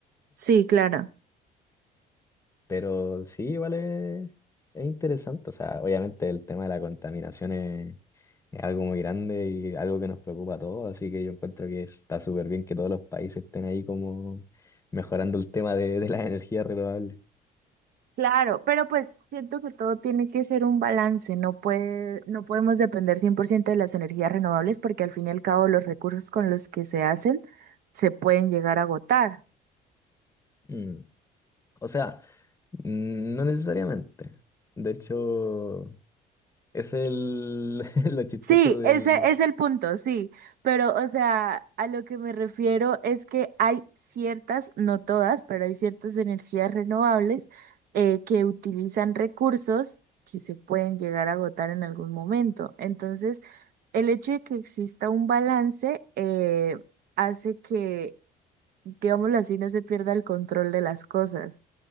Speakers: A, on the right; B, on the left.
A: Sí, claro.
B: Pero sí, igual es, es interesante. O sea, obviamente el tema de la contaminación es, es algo muy grande y algo que nos preocupa a todos. Así que yo encuentro que está súper bien que todos los países estén ahí como mejorando el tema de, de las energías renovables.
A: Claro, pero pues siento que todo tiene que ser un balance, no puede, no podemos depender 100% de las energías renovables porque al fin y al cabo los recursos con los que se hacen se pueden llegar a agotar.
B: Mm. O sea, mm, no necesariamente. De hecho, es el, <laughs> lo chistoso
A: Sí,
B: del,
A: ese es el punto, sí, pero o sea, a lo que me refiero es que hay ciertas, no todas, pero hay ciertas energías renovables eh, que utilizan recursos que se pueden llegar a agotar en algún momento. Entonces, el hecho de que exista un balance eh, hace que, digámoslo así, no se pierda el control de las cosas.